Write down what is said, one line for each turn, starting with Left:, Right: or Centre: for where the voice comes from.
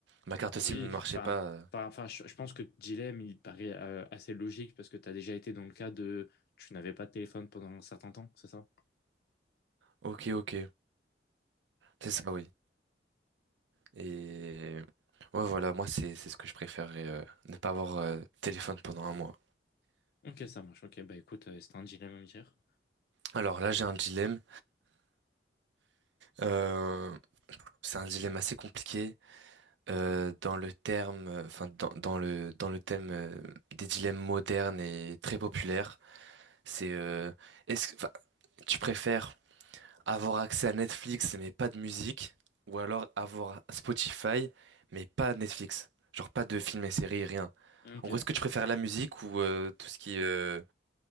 Right: Ma carte SIM
Left: Oui,
Right: ne marchait
Left: enfin.
Right: pas. euh.
Left: Enfin, enfin, je, je pense que le dilemme, il paraît euh, assez logique parce que tu as déjà été dans le cas de tu n'avais pas de téléphone pendant un certain temps, c'est ça?
Right: Ok ok, c'est ça oui. Et ouais voilà, moi c'est c'est ce que je préférerais, euh, ne pas avoir euh, de téléphone pendant un mois.
Left: Ok, ça marche. Ok, bah écoute, euh, c'est un dilemme à me dire.
Right: Alors là j'ai un dilemme, Euh, c'est un dilemme assez compliqué.
Left: Ok.
Right: euh, dans le terme, euh, enfin dans, dans le dans le thème euh, des dilemmes modernes et très populaires, c'est euh, est-ce que enfin, tu préfères avoir accès à Netflix mais pas de musique ou alors avoir Spotify mais pas Netflix, genre pas de films et séries, rien.
Left: Ok,
Right: En gros, est-ce que tu préfères la musique ou euh, tout ce qui est euh,